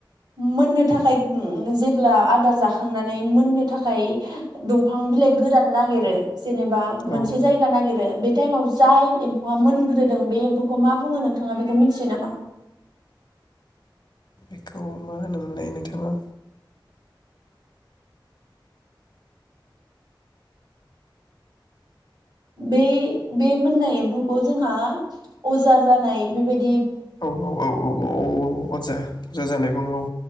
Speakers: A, on the right; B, on the left.
A: मोननो थाखाय ओ जेब्ला आदार जाखांनानै मोननो थाखाय दंफां बिलाइ गोरान नागिरो जेनेबा मोनसे
B: औ
A: जायगा नागिरो बे टाइमाव जाय एम्फौआ मोनग्रोदों बे एम्फौखौ मा बुङो नोंथाङा बे मिथियो नामा
B: बेखौ मा होनोमोनलाय नोंथाङा
A: बे बे मोननाय एम्फौखौ जोंहा अजा जानाय बेबाय
B: औ औ औ औ अ-अ-अजा अजा जानाय बुङो औ